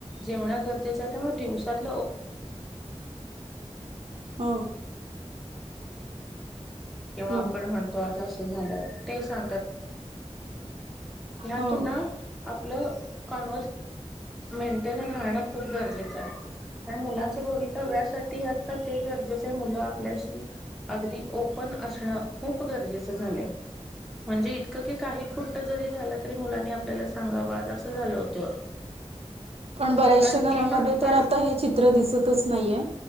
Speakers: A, in the centre; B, on the right (about 60°).
A: जेवणं गरजेचं तेमुळे दिवस ो आ झा क
B: हो
A: आप
B: हम्म
A: म्हणतो झा झा हत
B: हो
A: आपलं कन मेंटेन राहणं खूप गरजेचं आहे मुलां ते भवितव्यासाठी आता ते गरजेचे मुलं आपल्याशी अगदी ओपन असणं खूप गरजेच झालंय म्हणजे इ <inaudible> की काही कुठ जरी झालं तरी मुलांनी आपल्याला सांगाव अगं असं झालं होतं
B: पण बऱ्याशह्या
A: कारण ती
B: घरामध्ये
A: पण पण
B: तर आता हे चित्र दिसतच नाइ ये